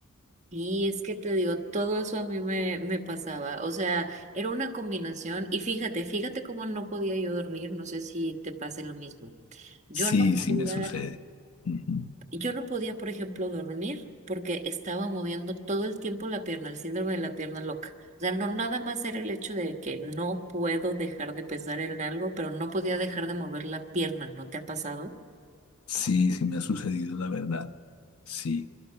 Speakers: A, on the right; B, on the left.
A: Y es que te digo, todo eso a mí me, me pasaba. O sea, era una combinación. Y fíjate, fíjate cómo no podía yo dormir. No sé si te pase lo mismo. Yo
B: Sí,
A: no
B: sí
A: podía,
B: me sucede. Ujú.
A: yo no podía, por ejemplo, dormir porque estaba moviendo todo el tiempo la pierna, el síndrome de la pierna loca. O sea, no nada más era el hecho de que no puedo dejar de pensar en algo, pero no podía dejar de mover la pierna. ¿No te ha pasado?
B: Sí, sí me ha sucedido, la verdad. Sí.